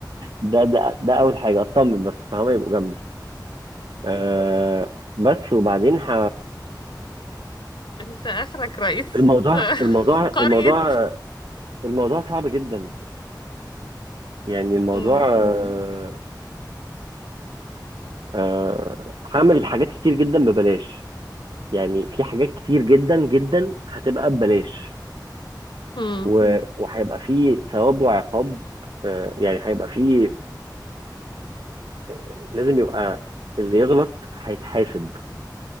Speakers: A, on the right (about 80°); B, on the left (about 85°).
A: ده ده ده اول حاجة اطمن بس فهم يبقوا جنبي آه بس وبعدين ه...
B: <laughs> انت اخرك رئيس
A: الموضوع
B: <laughs>
A: الموضوع
B: قرية
A: الموضوع الموضوع صعب جدا يعني الموضوع
B: امم
A: مم. آه، آه، هعمل حاجات كتير جدا ببلاش يعني في حاجات كتير جدا جدا هتبقى ببلاش
B: امم
A: و- وهيبقى في ثواب وعقاب آه، يعني هيبقى في آه، لازم يبقى اللي يغلط هيتحاسب